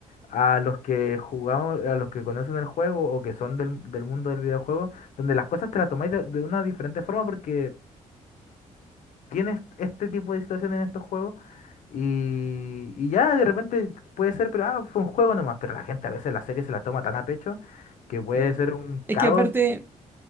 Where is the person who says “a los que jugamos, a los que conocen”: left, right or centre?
Left